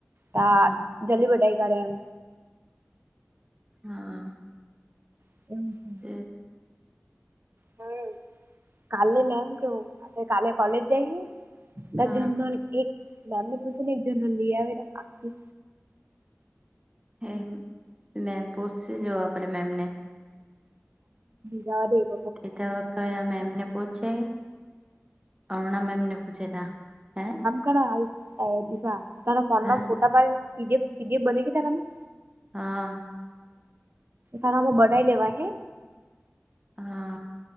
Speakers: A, on the right; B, on the right.
A: તા
B: હા
A: જલ્દી બતાવી તારે એમ.
B: હા.
A: <unintelligible>
B: એ
A: હમ્મ કાલે મેમ કેવ આપે કાલે કોલેજ જઈએ. ને
B: હા
A: જનરલ એક મેમને પૂછી ને એક જર્નલ લોઈ આવે આખી
B: હે મેમ પોછશે જ આપણે મેમને
A: જાવા દે એત
B: એ ત કયા મેમ ને પૂછે અરુણા મેમને પૂછે તા હ્યાં
A: કરા આય અ બીજા તારા ફોનમાં
B: હે
A: ફોટા પા પી ડી એફ બને કે તારામાં?
B: હ.
A: તારામાં બનાઈ લેવા હૈ.
B: હા.